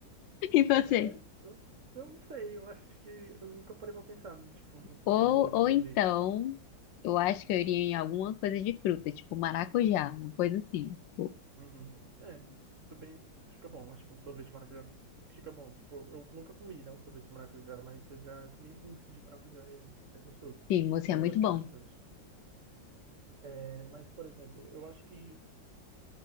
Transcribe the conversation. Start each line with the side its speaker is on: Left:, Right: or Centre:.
Left: <laughs> E você?
Right: Sério? Eu, eu não sei. Eu acho que eu nunca parei pra pensar, num, tipo, num
Left: Ou,
Right: sabor de
Left: ou
Right: sorvete.
Left: então, eu acho que eu iria em alguma coisa de fruta, tipo maracujá, uma coisa assim. Tipo,
Right: Uhum. É, tudo bem. Fica bom. Acho que um sorvete de maracujá fica fica bom. Tipo, eu nunca comi, né, um sorvete de maracujá, mas eu já comi mousse de maracujá e é bem gostoso.
Left: sim, você
Right: Eu
Left: é muito
Right: gosto
Left: bom.
Right: bastante. É, mas, por exemplo, eu acho que,